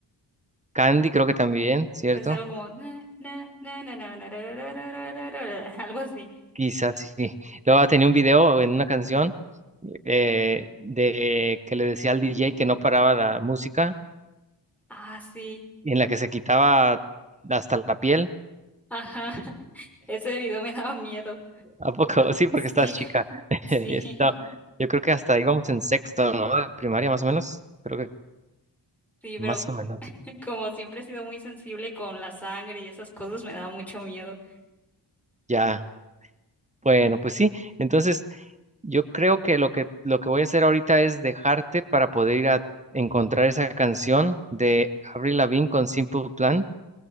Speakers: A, on the right (about 15°); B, in the centre.
A: Candy creo que también, ¿cierto?
B: Es algo como na, na, na, na, na, na, ra, ra, ra, ra, ra, ra, ra, <laughs> ra, algo así.
A: Quizás sí. Luego tenía un video en una canción eh, de que le decía al DJ que no paraba la música,
B: Ah, sí.
A: en la que se quitaba hasta la piel.
B: Ajá. <laughs> Ese video me daba miedo.
A: ¿A poco? <laughs> Sí, porque
B: Sí,
A: estás chica. <laughs>
B: <laughs>
A: Esto,
B: sí,
A: yo creo que hasta íbamos en sexto, ¿no? Primaria más o menos. Creo que
B: sí, pero
A: más o menos.
B: como siempre he sido muy sensible con la sangre y esas cosas, me daba mucho miedo.
A: Ya. Bueno, pues sí. Entonces, Yo creo que lo que lo que voy a hacer ahorita es dejarte para poder ir a encontrar esa canción de Avril Lavigne con Simple Plan,